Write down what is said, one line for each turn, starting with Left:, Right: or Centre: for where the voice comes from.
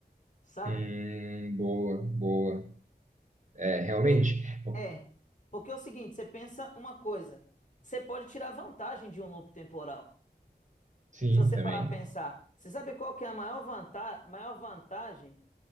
Left: sabe?
Right: Hum, boa, boa. É,
Left: Porque,
Right: realmente. Bom,
Left: é, porque é o seguinte, você pensa uma coisa, você pode tirar vantagem de um loop temporal.
Right: Sim,
Left: Se você
Right: também.
Left: parar a pensar, você sabe qual que é a maior vantagem, maior vantagem